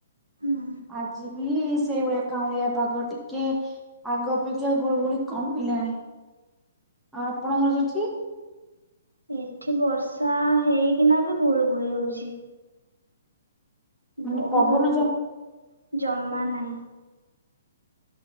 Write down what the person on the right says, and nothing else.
ହୁଁ।
ଏଠି ବର୍ଷା ହେଇକିନା ବି ଗୁଳିୁ ଗୁଳି ହଉଛି।
ବହୁତ
ବୋଲୁ
ଜମା ନାହିଁ।